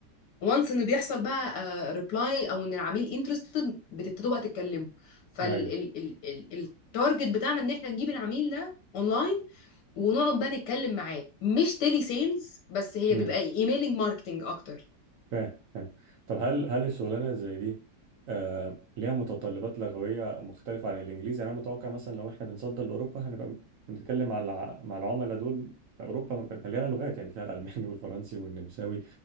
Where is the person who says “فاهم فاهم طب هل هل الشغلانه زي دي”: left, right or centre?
Right